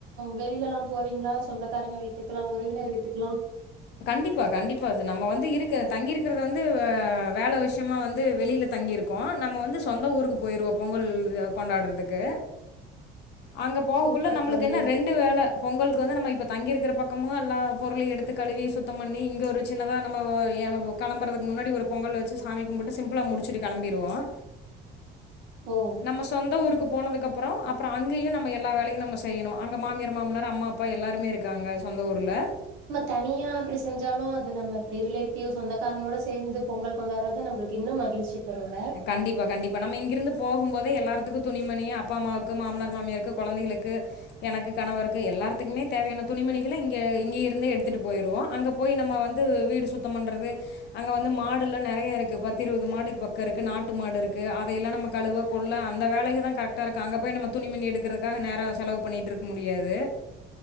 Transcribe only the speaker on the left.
கண்டிப்பா கண்டிப்பா சார் நம்ம வந்து இருக்க தங்கியிக்கிறது வந்து வேள விஷயமா வந்து வெளியில தங்கியிருக்கோம் நம்ம வந்து சொந்த ஊருக்கு போயிருவோம் பொங்கள் கொண்டாடுறதுக்கு அங்க போகக்குள்ள
நம்மளுக்கு
என்ன ரெண்டு வேள பொங்கலுக்கு வந்து நம்ம இப்ப தங்கிருக்கிற பக்கம் நம்மோ எல்லா பொருளையு எடுத்து கழுவி சுத்தம் பண்ணி இங்க ஒரு சின்னதா நம்ம களம்புறதுக்கு முன்னாடி ஒரு பொங்கல் வச்சு சாமி கும்பிட்டு சிம்பிளா முடிச்சுட்டு கிளம்பிடுவோம்
நம்ம சொந்த ஊருக்கு போனது அப்புறம் அப்புறம் அங்கேயும் நம்ம எல்லா வேலையும் நம்ம செய்யணும் அங்க மாமியார் மாமனார் அம்மா அப்பா எல்லாருமே இருக்காங்க சொந்த ஊருல
கண்டிப்பா கண்டிப்பா நம்ம இங்கிருந்து போகும் போகும் போதே எல்லாருத்துக்கும் துணிமணி அப்பா அம்மாவுக்கு மாமனார் மாமிய இருக்கு குழந்தைகளுக்கு எனக்கு கணவருக்கு எல்லாத்துக்குமே தேவையான துணிமணிகளை இங்க இங்க இருந்துே எடுத்துட்டு போயிருவோம் அங்க போய் நம்ம வந்து வீடு சுத்தம் பண்றது அங்க வந்து மாடு எல்லாம் நிறைய இருக்கு பத்த இருபது மாடுக்கு ப இருக்கு நாட்டு மாடு இருக்கு அதையெல்லாம் நம்ம கழுவ கொள்ள அந்த வேலைக்கு தான் கரெக்டா இருக்கு அங்க போய் நம்ம துணிமணி எடுக்கிறதுக்காக நேரம் செலவு பண்ணிட்டு இருக்க முடியாது